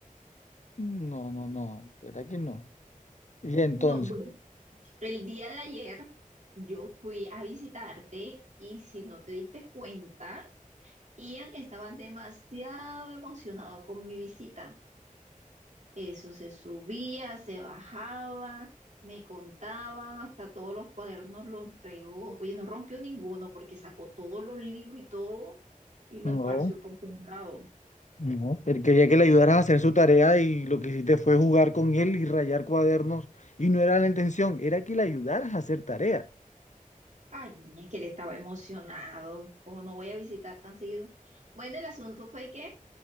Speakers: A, on the left (about 55°); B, on the right (about 55°).
A: No, no, no, ¿verdad que no? Y entonces,
B: No, bueno, el día de ayer yo fui a visitarte y si no te diste cuenta, Ian estaba demasiado emocionado con mi visita. Eso se subía, se bajaba, me contaba, hasta todos los cuadernos los regó. Oye, no rompió ninguno porque sacó todos los libros y todo y lo
A: no,
B: esparció por todos lados.
A: no. Él quería que le ayudaras a hacer su tarea y lo que hiciste fue jugar con él y rayar cuadernos. Y no era la intención, era que le ayudaras a hacer tarea.
B: Ay, es que él estaba emocionado. ¿Cómo no voy a visitar tan seguido? Bueno, el asunto fue que